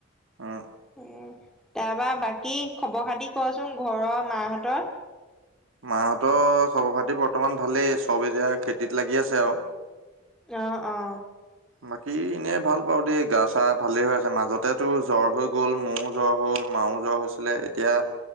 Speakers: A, on the right; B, in the centre.
A: উম।
B: উ, তাৰপা বাকী খবৰ খাতি কচোন ঘৰৰ মাহতৰ
A: মাহঁতৰ খবৰ খাতি বৰ্তমান ভালেই চব এতিয়া খেতিত লাগি আছে আৱ
B: অ অ
A: বাকী এনেই ভাল পাওঁ দেই গা চা ভালে হৈ আছে মাজতেতো জ্বৰ হৈ গ'ল মোৰ জ্বৰ হ'ল মাও জ্বৰ হৈছিলে এতিয়া